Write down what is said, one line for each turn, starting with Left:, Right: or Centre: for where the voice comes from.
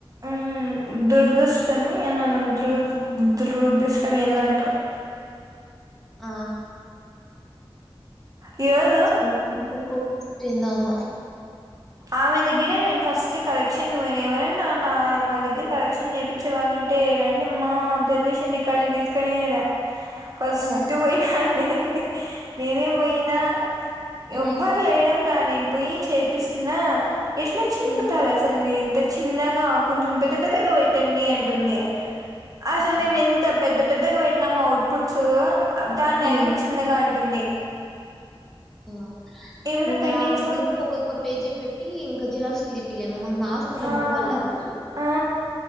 Right: ఊ దురదుష్టమ్ ఏనన్న ద్రుర్ ద్రు దుర్దద్రుష్టం ఏందంటారు
Centre: ఆ
Right: ఈరోజు
Centre: ఏ ఇంత కోపిష్టెందో ఆమ
Right: ఆమె దగ్గరే నేను ఫస్ట్ కలెక్షన్ కి పోయినా ఎవరనా నా దగ్గర కలెక్షన్ చేపిచ్చే వాళ్లు అంటే రండి మా అబ్జర్వేషన్ రికడ్లు తీసుకొని అట ఫస్ట్
Centre: ఆ!
Right: పోయినా నేన్ నేనే పోయినా
Centre: ఆ! హ్మ్.
Right: ఎవ్వరు లేయడం లా నేన్ పోయి చేపిస్తున ఎట్లా చింపుతారు
Centre: హ్మ్.
Right: అసలు మీర్ తె చిన్నగా కొంచెం పెద్ద పెద్దగా పెట్టండి అంటుంది అసలు
Centre: ఆ!
Right: మేము ఎంత పెద్ద పెద్దగా పెట్టినము అవుట్పుట్స్ దాన్ని
Centre: హ్మ్.
Right: ఆమె చిన్నగా అంటుంది
Centre: ఆ
Right: ఏమైనా
Centre: ఇంకా
Right: పెండింగ్స్
Centre: ఆమకింకా
Right: వర్క్
Centre: ఒక్కొక్క పేజీ పెట్టి ఇంకా జిరాక్స్ దీ పిలే మమ్ మాస్తులు
Right: ఆ
Centre: అముకోల వాటికి
Right: ఆ